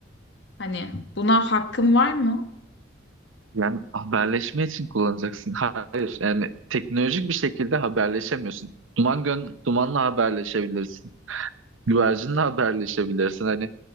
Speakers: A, on the left; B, on the right.
A: Hani buna hakkım var mı?
B: Yani haberleşme için kullanacaksın. Hayır, yani teknolojik bir şekilde haberleşemiyorsun. Duman gön dumanla haberleşebilirsin. Güvercinle haberleşebilirsin. Hani